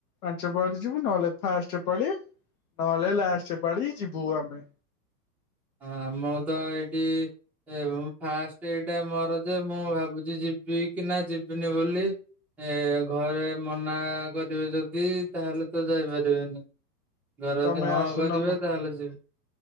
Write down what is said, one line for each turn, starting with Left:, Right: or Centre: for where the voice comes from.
Left: ପାଞ୍ଚ ପାଳି ଯିବୁ, ନହେଲେ ଫାଷ୍ଟ ପାଳି। <unintelligible> ଲାଷ୍ଟ ପାଳି ଯିବୁ ଆମେ।
Centre: ଆମ ତ ଏଇଠି ଏ ଫାଷ୍ଟ ଏଇଟା ମୋର ଯେ, ମୁଁ ଭାବୁଛି ଯିବି କି ନା ଯିବିନି ବୋଲି। ଏ ଘରେ ମନା କରିବେ ଯଦି ତାହେଲେ ତ ଯାଇପାରିବିନି। ଘରେ
Left: ତମେ
Centre: ଯଦି ହଁ
Left: ଆସୁନ
Centre: କରିବେ,
Left: ମ
Centre: ତାହେଲେ ଯିବି।